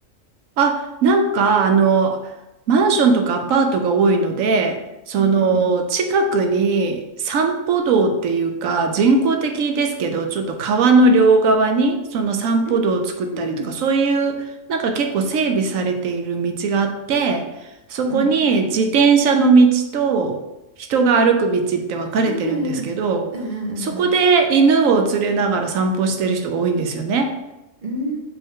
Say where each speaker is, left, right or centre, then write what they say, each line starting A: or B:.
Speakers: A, on the right; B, on the right.
A: あ、なんか、あの、マンションとかアパートが多いので、その、
B: うんうんうん。
A: 近くに散歩道っていうか、人工的ですけど、ちょっと川の両側に、その散歩道を作ったりとか、
B: うんうんうん
A: そういう、なんか結構整備されている道があって、そこに自転車の道と人が歩く道って分かれてるんですけど、
B: うんうんうんう
A: そこで犬を連れながら散歩してる人が多いんですよね。
B: んうんうんう